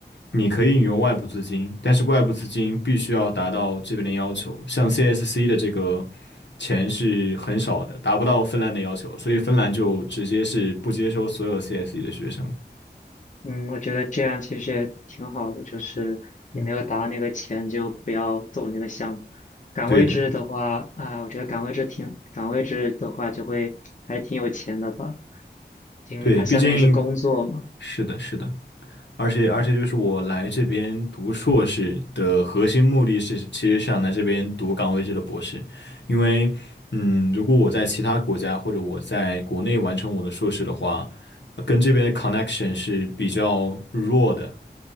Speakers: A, on the left (about 80°); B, on the left (about 45°).
A: 你可以引用外部资金，但是外部资金必须要达到这边的要求。像 CSC 的这个钱是很少的，达不到芬兰的要求，所以芬兰就直接是不接收所有 CSC 的学生。
B: 嗯，我觉得这样其实也挺好的，就是你没有达到那个钱就不要走那个项目。岗位制的话啊，
A: 对的，
B: 我觉得岗位制挺岗位制的话就会还挺有钱的吧，因为他相当于是工作嘛。
A: 对，毕竟是的，是的。而且而且就是我来这边读硕士的核心目的是，其实想来这边读岗位制的博士，因为嗯，如果我在其他国家或者我在国内完成我的硕士的话，呃跟这边的 connection 是比较弱的，